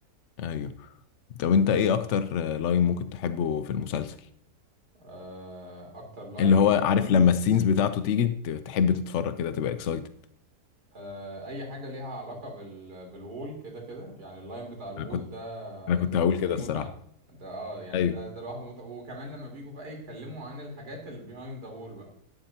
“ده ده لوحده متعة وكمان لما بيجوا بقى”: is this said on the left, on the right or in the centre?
Right